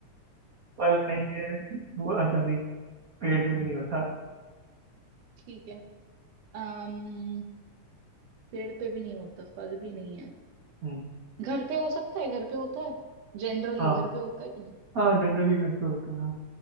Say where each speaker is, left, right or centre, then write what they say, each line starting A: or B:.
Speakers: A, on the right; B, on the right.
A: पल नहीं है वो अच्छा नहीं पेड़ पे भी नहीं होता
B: ठीक है अम्म पेड़ पे भी नहीं होता फल भी नहीं है
A: हम्म
B: घर पे हो सकता है घर पे होता है जनरली
A: हाँ
B: घर पे होता है कि नहीं
A: हाँ जनरली घर पे होता है हाँ।